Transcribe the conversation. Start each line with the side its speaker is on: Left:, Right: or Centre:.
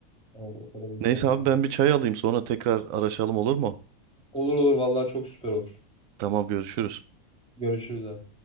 Centre: Evet, o kadar insanla
Right: Neyse abi
Centre: yani.
Right: ben bir çay alayım sonra tekrar araşalım olur mu?
Centre: Olur olur vallahi çok süper olur.
Right: Tamam görüşürüz.
Centre: Görüşürüz abi.